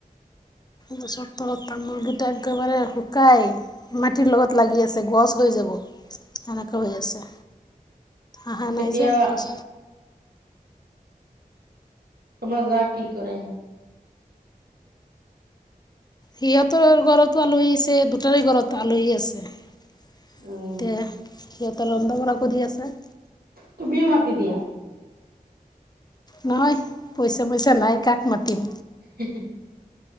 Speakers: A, on the left; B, on the right.
A: গছৰ তলত তামোল গেটা একেবাৰে শুকাই, মাটিৰ লগত লাগি আছে গছ হৈ য সেনেকুৱা হৈ আছে। অহা নাই
B: এতিয়া
A: যে গ
B: তোমাৰ যাক কি কৰে?
A: সিহঁতৰ ঘৰতো আলহী আছে, দুটাৰে ঘৰত আলহী আছে। তে
B: উম
A: সিহঁতে ৰন্ধা বঢ়া কৰি আছে।
B: তুমিও মতি দিয়া।
A: নহয়, পইচা পইচা নাই কাক মাতিম।
B: হেঃ হেঃ হেঃ।